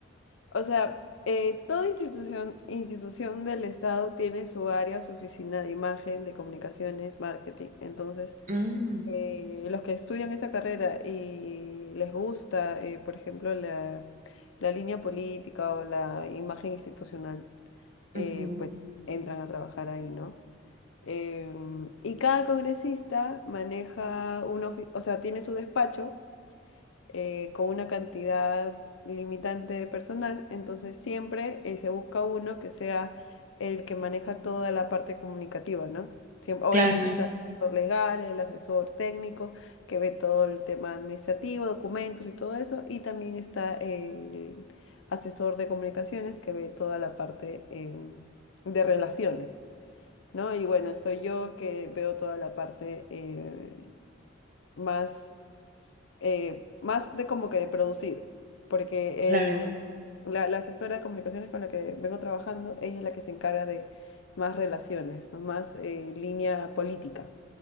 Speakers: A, on the left; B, on the right.
A: O sea, eh, toda institución, institución del Estado tiene su área, su oficina de imagen, de comunicaciones, marketing. Entonces,
B: Mm,
A: eh, los que estudian esa carrera y les gusta, eh, por ejemplo, la, la línea política o la imagen institucional, eh,
B: ujú.
A: pues entran a trabajar ahí, ¿no? Em, y cada congresista maneja un ofi- o sea, tiene su despacho eh, con una cantidad limitante de personal, entonces siempre eh, se busca uno que sea el que maneja toda la parte comunicativa, ¿no? Siem- obviamente
B: Claro,
A: está el asesor legal, el asesor técnico, que ve todo el tema administrativo, documentos y todo eso, y también está el asesor de comunicaciones, que ve toda la parte em, de relaciones, ¿no? Y bueno, estoy yo que veo toda la parte eh, más eh, más de como que de producir, porque
B: claro,
A: el, la, la asesora de comunicaciones con la que vengo trabajando, ella es la que se encarga de más relaciones, ¿no? Más eh, línea política.